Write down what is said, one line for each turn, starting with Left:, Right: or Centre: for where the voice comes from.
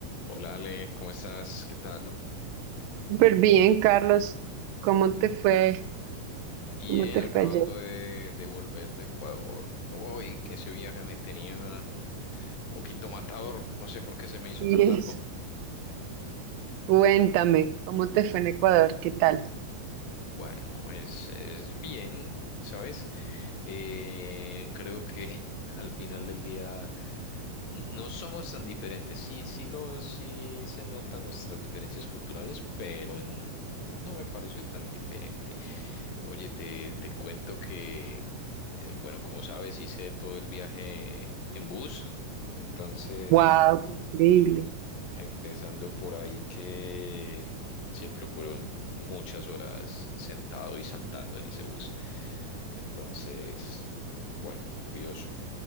Left: Hola Ale, ¿cómo estás? ¿Qué tal?
Right: Súper bien, Carlos. ¿Cómo te fue?
Left: Bien,
Right: ¿Cómo te
Left: acabando
Right: fue ayer?
Left: de, de volver de Ecuador. Hoy que ese viaje me tenía un poquito matador, no sé por qué se me hizo
Right: Y
Left: tan
Right: eso.
Left: largo.
Right: Cuéntame, ¿cómo te fue en Ecuador? ¿Qué tal?
Left: Bueno, pues es bien, ¿sabes? Eh, creo que <laughs> al final del día n- no somos tan diferentes. Sí, sí lo, sí se notan nuestras diferencias culturales, pero en- no me pareció tan diferente. Oye, te, te cuento que, eh, bueno, como sabes, hice todo el viaje en bus, entonces,
Right: Wow, qué increíble.
Left: empezando por ahí que siempre fueron muchas horas sentado y saltando en ese bus. Entonces, bueno, curioso.